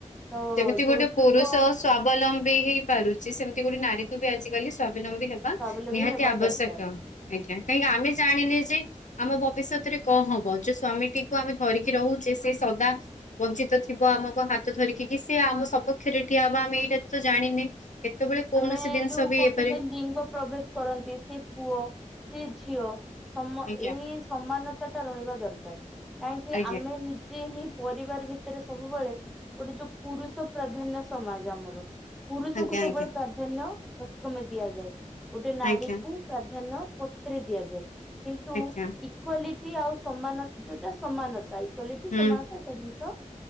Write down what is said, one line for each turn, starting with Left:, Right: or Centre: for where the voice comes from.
Centre: ତ
Left: ଯେମିତି
Centre: ଯୌତୁକ
Left: ଗୋଟେ ପୁରୁଷ ସ୍ୱାବଲମ୍ବୀ ହେଇ ପାରୁ ଯେ ସେମତି ଗୋଟେ ନାରୀକୁ ବି ଆଜିକାଲି ସ୍ଵାବଲମ୍ବୀ ହେବା
Centre: ସ୍ୱାବଲମ୍ବୀ
Left: ନିହାତି
Centre: ହେବା
Left: ଆବଶ୍ୟକ
Centre: ଦରକାର
Left: ଆଜ୍ଞା କାହିଁକିନା ଆମେ ଜାଣିଲି ସେଇ ଆମ ଭବିଷ୍ୟତରେ କଣ ହବ ଯୋଉ ସ୍ଵାମୀଟିକୁ ଆମେ ଧରିକି ରହୁଚେ ସେ ସଦା ବଞ୍ଚିତ ଥି ଥିବ ଆମକୁ ହାତ ଧରିକି କି ସେ ଆମ ସପକ୍ଷରେ ଠଆ ହବ ଆମେ ଏଇଟା ତ ଜାଣିନେ। କେତେବେଳେ କୌଣସି
Centre: ଆମେ
Left: ଜିନିଷ
Centre: ଯୋଉ
Left: ବି
Centre: କୋହୁଚନ୍ତି
Left: ହେଇପାରେ
Centre: ଲିଙ୍ଗ ପ୍ରଭେଦ କରନ୍ତି ସିଏ ପୁଅ ସିଏ ଝିଅ ସମ
Left: ଆଜ୍ଞା
Centre: ଏଇ ସମାନତା ଟା ରହିବା ଦରକାର। କାହିଁକି
Left: ଆଜ୍ଞା
Centre: ଆମେ ନିଜେ ହିଁ ପରିବାର ଭିତରେ ସବୁବେଳେ ଗୋଟେ ଯୋଉ ପୁରୁଷ ପ୍ରାଧାନ୍ୟ ସମାଜ ଆମର। ପୁରୁଷକୁ
Left: ଆଜ୍ଞା
Centre: ସବୁବେଳେ
Left: ଆଜ୍ଞା
Centre: ପ୍ରାଧାନ୍ୟ ପ୍ରଥମେ ଦିଆଯାଏ। ଗୋଟେ ନାରୀକୁ
Left: ଆଜ୍ଞା
Centre: ପ୍ରାଧାନ୍ୟ ପଛରେ ଦିଆଯାଏ କିନ୍ତୁ
Left: <unintelligible>
Centre: ଇକ୍ୱାଲିଟି ଆଉ ସମାନ ଯୋଉଟା ସମାନତା। ଇକ୍ଵାଲିଟି,
Left: ହୁଁ
Centre: ସମାନତା ଏକା ଜିନିଷ।